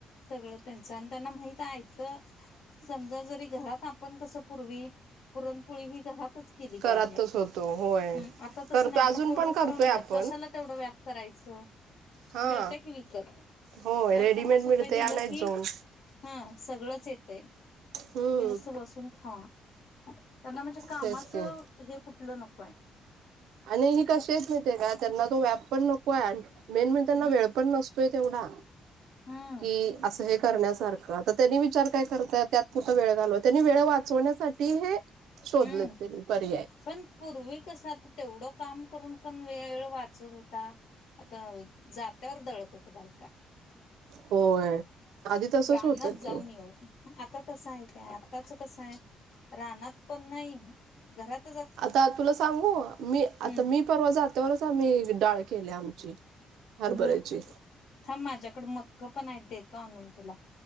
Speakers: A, on the left; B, on the right.
A: सगळं त्यांच आणि त्यांना माहित हायत. तर <unintelligible> समजा जरी घरात आपण कस पूर्वी पुरणपोळी ही घरातच केल पायजे
B: करतच होतो होय
A: हूं आता
B: करतो
A: तस नाय
B: अजून
A: आता पोरं
B: पण करतोय
A: सरळ म्हणत्यात
B: आपण
A: कशाला तेवढ व्या करायचं.
B: हा
A: मिळत की विकत
B: होय
A: काय
B: रेडीमेड
A: पन्नास
B: मिळते
A: रुपये दिलं
B: आणायच
A: की
B: जाऊन
A: हा सगळंच चेतय तुम्ही
B: हम्म
A: नुसत बसून खा. आता त्यांना म्हणजे कामाचं
B: तेच की
A: लो नको हाय
B: आणि हे कशी आहेत माहिती हाय काय त्यांना तो व्याप पण नको हाय मेन म्हणजे त्यांना
A: हम्म
B: वेळ पण नसतोय तेवढा
A: हम्म
B: की असं हे करण्यासारखं तर त्यांनी विचार काय करत्यात त्यात कुठं वेळ घालवा त्यांनी वेळ वाचवण्यासा ते हे शोधलेत
A: हम्म
B: त्यांनी पर्याय
A: पण पूर्वी कस आता तेवढं काम करून पण वेळ वाचत होता आता जात्यावर दळत होत्या बायका <unintelligible>
B: होय आधी तसच
A: रानात
B: होतं
A: जाऊन
B: की.
A: येऊन आता तसं आहे काय आत्ताच कसं आहे रानात पण नाही घरात
B: आता तुला सांगू मी
A: हम्म
B: आता मी परवा जात्यावरच आम्ही डाळ केल्या आमची हरभऱ्याची
A: मग थांब माझ्याकडे मक्क पण आहेत देतो आणून तुला